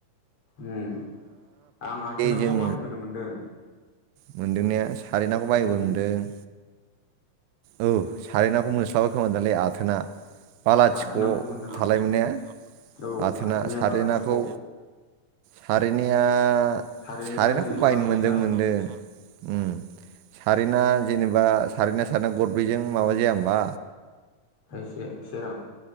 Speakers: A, on the left; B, on the right.
A: उम आं आथोनाखौ
B: जों
A: बाहायबोनो मोनदों।
B: मोनदोंनाया? सारैनाखौ बाहाय
A: उम
B: बोनो मोनदों औ साराय नाखौ मोनस्लाब खोमा दालै आथोना बालाथिख'
A: आथोनाखौ मोनदों आं
B: थालाय मोना
A: औ
B: आथोना
A: आथोनाया
B: सारै
A: बा लाथिख'
B: नाखौ सारिनिया
A: सारेनाया
B: सारेनाखौ
A: नैजिबा
B: बाहायनो
A: फैसा
B: मोनदों मोनदों उम सारेना जेनेबा सारेना साना गरब्रैजों माबा जाया होनबा?
A: थायसे से रां।